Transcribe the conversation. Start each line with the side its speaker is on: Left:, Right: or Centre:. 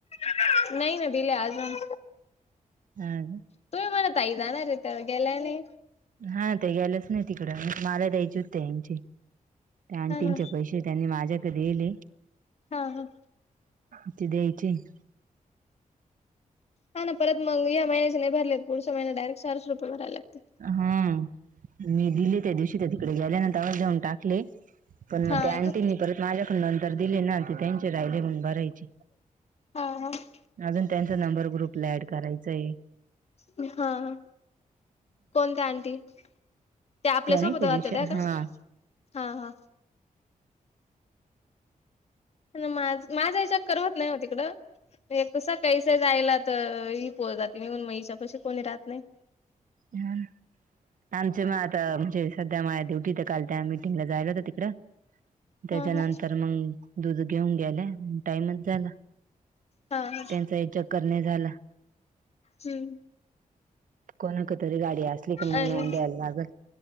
Left: <inaudible> नाही ना दिले अजून
Right: हा का
Left: तूम्ही मला ताई जानारे त्या गेलाय नाही
Right: हा त्या गेल्याच नाही तिकडं <inaudible> नाहीतर मला द्यायचे होते त्या ह्यांचे त्या आंटींचे
Left: हा ना
Right: पैसे ते त्यांनी माझ्याकडं दियलय
Left: हा हा
Right: <inaudible> ते द्यायचेत
Left: हा ना परत मग या महिन्याचे नाही भरले तर पुढच्या महिन्यात डायरेक्ट चारशे रुपये भराय लागते
Right: हा मी दिले त्या दिवशी त्या तिकडे गेल्या ना तवाच देऊन टाकले <inaudible> पण मग
Left: हा
Right: त्या आंटींनी
Left: का
Right: परत माझ्याकड नंतर दिले ना ते त्यांचे राहिले म्हणून भरायचे
Left: हा हा <inaudible>
Right: अजून त्यांचा नंबर ग्रुपला ऍड करायचाय
Left: हा- हा कोणत्या आंटी? त्या आपल्यासोबत
Right: नाही
Left: होत्या
Right: दिवशी
Left: त्या का
Right: हा
Left: हा- हा पण माझं -माझाही चक्कर होत नाही हो तिकडं एक तर सकाळीच आहे जायला तर ही पोर जाती निघून मग हिच्यापाशी कोणी राहत नाही
Right: हा आमचे मग आता म्हणजे सध्या माया ड्युटी तिथं काल त्या मीटिंगला जायला होतं तिकडं त्याच्यानंतर
Left: हा हा
Right: मंग दुध घेऊन गेल्या मग टाइमच झाला
Left: हा हा
Right: त्यांचाही चक्कर नाही झाला
Left: हम्म
Right: कोणाक तरी गाडी असली की मग
Left: आणि
Right: नेऊन द्यायला लागल